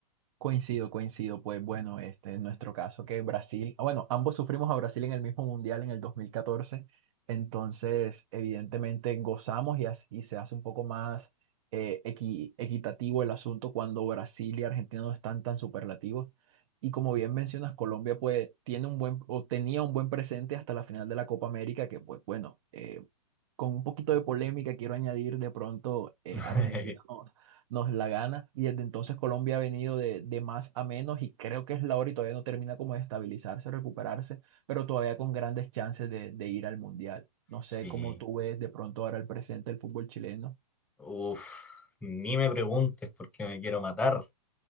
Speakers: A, on the right; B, in the centre.
A: Coincido, coincido. Pues bueno, este, en nuestro caso que Brasil, ah, bueno, ambos sufrimos a Brasil en el mismo mundial en el dos mil catorce entonces evidentemente gozamos y, as- y se hace un poco más eh, equi- equitativo el asunto cuando Brasil y Argentina no están tan superlativos. Y como bien mencionas, Colombia pues tiene un buen o tenía un buen presente hasta la final de la Copa América, que pues bueno, eh, con un poquito de polémica, quiero añadir, de pronto eh,
B: <laughs>
A: Argentina nos, nos la gana y desde entonces Colombia ha venido de, de más a menos y creo que es la hora y todavía no termina como de estabilizarse, recuperarse, pero todavía con grandes chances de, de ir al Mundial. No sé
B: Sí,
A: cómo tú ves de pronto ahora el presente del fútbol chileno.
B: uf, ni me preguntes porque me quiero matar.